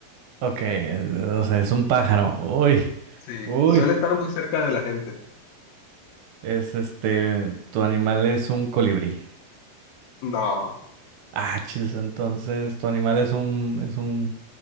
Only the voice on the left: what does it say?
Sí,
suele estar muy cerca de la gente.
No,